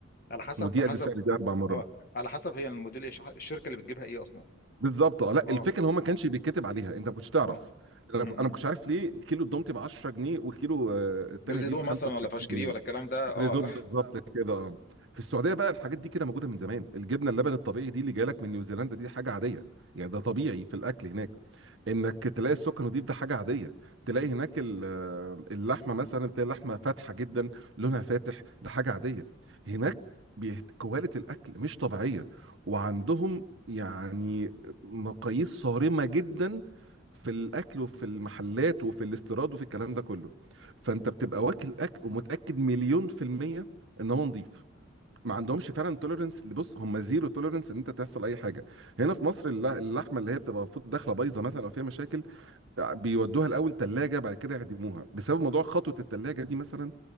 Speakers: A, on the left; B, on the right.
A: على حسب
B: ودي
A: حسب
B: قد سعر دي اربع مرات
A: اه على حسب هي الموديل ايه، شح- الشركه اللي بتجيبها ايه اصلا
B: بالظبط اه لا
A: اه
B: الفكره ان هو ما كانش بيتكتب عليها انت ما كنتش تعرف
A: اه
B: انا
A: م-
B: انا ما
A: م.
B: كنتش عارف ليه كيلو الدومتي ب 10 جنيه وكيلو آه التاني
A: برزيدو
B: دي ب
A: مثلا
B: 35
A: ولا فاشكري
B: جنيه
A: ولا الكلام ده اه
B: بريزون بالظبط كده اه في السعوديه بقى الحاجات دي كده موجوده من زمان الجبنه اللبن الطبيعي دي اللي جايلك من نيوزيلندا دي حاجه عاديه يعني ده طبيعي في الاكل هناك انك تلاقي السكر نضيف ده حاجه عاديه تلاقي هناك ال- آه، اللحمه مثلا تلاقي اللحمه فاتحه جدا لونها فاتح ده حاجه عاديه هناك بيهت... كواليتي الاكل مش طبيعيه وعندهم يعني مقاييس صارمه جدا في الاكل وفي المحلات وفي الاستيراد وفي الكلام ده كله فانت بتبقى واكل اكل ومتاكد مليون في الميه ان هو نظيف ما عندهمش فعلا توليرنس اللي بص هم زيرو توليرنس ان انت تحصل اي حاجه هنا في مصر الل- اللحمه اللي هي بتبقى المفروض داخله بايظه مثلا او فيها مشاكل آه، بيودوها الاول ثلاجه بعد كده يعدموها بسبب موضوع خطوه الثلاجه دي مثلا